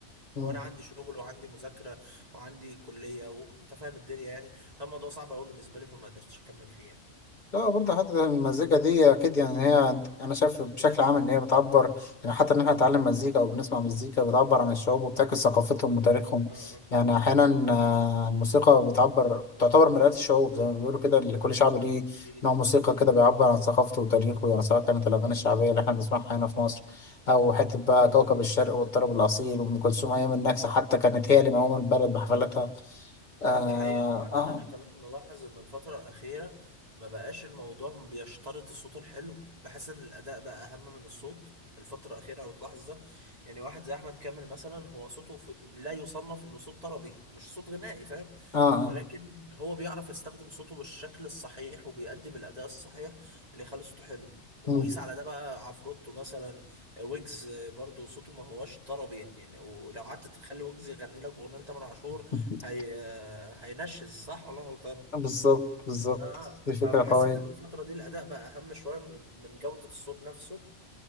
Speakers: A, on the left; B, on the right.
A: مم.
B: وأنا عندي شغل وعندي مذاكرة وعندي كلية وأنت فاهم الدنيا يعني كان الموضوع صعب أوي بالنسبة لي فما قدرتش أكمل فيه
A: لا برضه حتة المزيكا دي أكيد يعني هي أنا شايف بشكل عام إن هي بتعبر يعني حتى إن إحنا نتعلم مزيكا أو بنسمع مزيكا بتعبر عن الشعوب وبتعكس ثقافتهم وتاريخهم
B: يعني
A: يعني أحيانا آه، الموسيقى بتعبر تعتبر مرآة الشعوب زي ما بيقولوا كده اللي كل شعب ليه
B: اكيد
A: نوع موسيقى كده بيعبر عن ثقافته وتاريخه يعني سواء كانت الأغاني
B: مم.
A: الشعبية اللي إحنا بنسمعها هنا في مصر أو حتة بقى كوكب الشرق والطرب الأصيل وأم كلثوم أيام النكسة
B: اه اه
A: حتى كانت
B: آه.
A: هي اللي مقومة البلد بحفلاتها آه
B: ده حقيقة وبعدين
A: آه
B: أنا كمان ملاحظ إن الفترة الأخيرة ما بقاش الموضوع بيشترط الصوت الحلو بحس إن الأداء بقى أهم من الصوت الفترة الأخيرة لو تلاحظ ده يعني واحد زي أحمد كامل مثلا هو صوته في... لا يصنف إنه صوت طربي مش صوت غنائي فاهم
A: آه, آه.
B: ولكن هو بيعرف يستخدم صوته بالشكل الصحيح وبيقدم الأداء الصحيح اللي يخلي صوته حلو وقيس
A: مم.
B: على ده بقى عفروتو مثلا ويجز برضو صوته ما هوش طربي يعني لو لو قعدت تخلي ويجز يغني لك أغنية لتامر عاشور
A: <laughs>
B: هي هينشز صح ولا أنا غلطان؟
A: بالظبط بالظبط
B: اه اه
A: دي فكرة
B: فبحس
A: قوية
B: ان الفترة دي الاداء بقى اهم شوية من من جودة الصوت نفسه